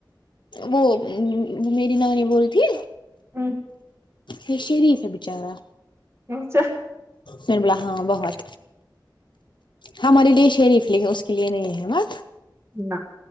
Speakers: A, on the left; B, on the right.
A: وہ وہ میری نانی بول رہی تھی
B: ہوں
A: یہ شریف ہے بچارا
B: اچھا
A: شرمیلا ہاں بہت ہمارے لیے شریف لیکن اس کے لیے نہیں ہے ما
B: نہ